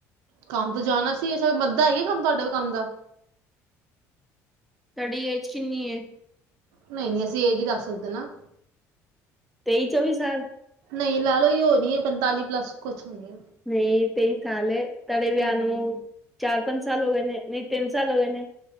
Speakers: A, on the right (about 85°); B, in the centre.
A: ਕੰਮ ਤੋਂ ਜਾਣਾ ਸੀ ਅ ਮੱਧ ਹੈਗੇ ਕੰਮ ਤੁਹਾਡੇ ਕੰਮ ਦਾ
B: ਤੁਹਾਡੀ ਅੇਜ ਕਿਨੀ ਹੈ
A: ਨਹੀਂ ਨਹੀਂ ਅਸੀਂ ਅੇਜ ਹੀ ਦੱਸ ਸਕਦੇ ਨਾ
B: ਤੇਈ ਚੌਵੀ ਸਾਲ
A: ਨਹੀਂ ਲੈ ਲਓ ਹੀ ਹੋ ਨਹੀਂ ਹੈ ਪੰਤਾਲੀ ਪਲੱਸ ਕੁਛ ਹੋਣੀ
B: ਨਹੀਂ ਤੇਈ ਸਾਲ ਤੁਹਾਡੇ
A: ਹੈ
B: ਵਿਆਹ ਨੂੰ ਚਾਰ ਪੰਜ ਸਾਲ ਹੋ ਗਏ ਨੇ ਨ ਤਿੰਨ ਸਾਲ ਹੋ ਗਏ ਨੇ